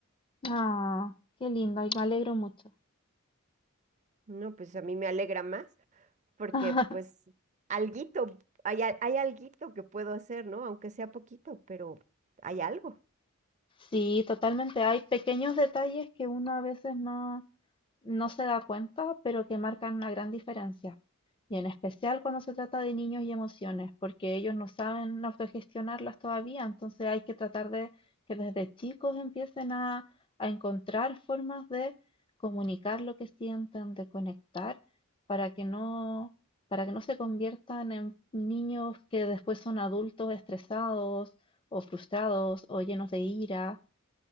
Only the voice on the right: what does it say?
No, pues a mí me alegra más porque
pues alguito, hay, al- hay alguito que puedo hacer, ¿no? Aunque sea poquito, pero hay algo.